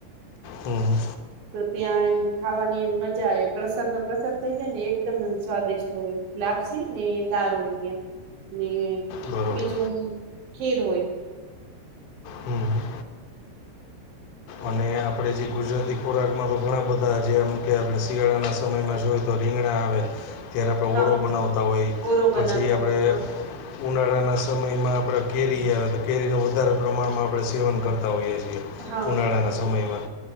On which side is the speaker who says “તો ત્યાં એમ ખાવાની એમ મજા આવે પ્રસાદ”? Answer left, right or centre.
Right